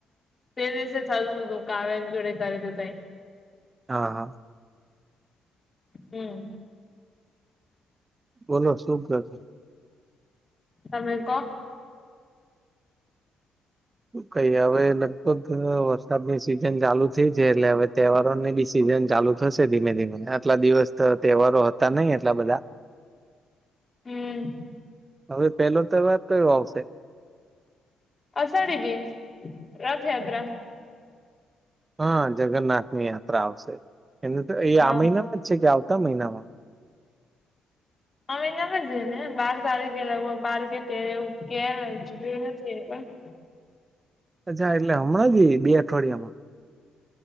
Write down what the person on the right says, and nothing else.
હા, હા.
બોલો સૂખ ગતા
કઈ હવે, લગભગ વરસાદની સિઝન ચાલુ થઈ છે, એટલે હવે, તહેવારોની બિ સઝ ભજન ચાલુ થશે ધીમે ધીમે આટલા દિવસ તો તહેવારો હતા નહિ, એટલા બધા
હવે, પેલો તહેવાર કયો આવશે
હા, જગન્નાથની યાત્રા આવશે, એને તો એ
આ મહિનામાં જ છે, કે આવ મહિનામાં
અચ્છા એટલે હમણાં ગઈ, બે અઠવાડિયામાં